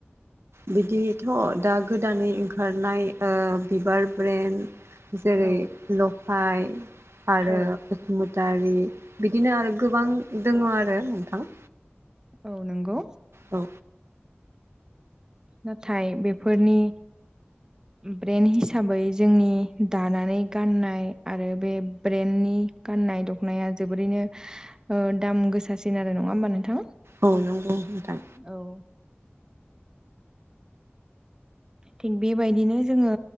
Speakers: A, on the right; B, on the right.
A: बिदिथ' दा गोदानै ओंखारनाय बिबार ब्रेन्ड। जेरै
B: औ
A: लफाय आरो
B: औ
A: बसुमुतारि बिदिनो आरो गोबां दङ आरो नोंथां।
B: औ नंगौ।
A: औ।
B: नाथाय बेफोरनि ब्रेन् हिसाबै जोंनि दानानै गाननाय आरो बे ब्रेन्डनि गाननाय दखनाया जोबोरैनो दाम गोसासिन आरो नङा होमबा नोंथाङा?
A: औ नंगौ नोंथां।
B: औ। थिग बे बायदिनो जोङो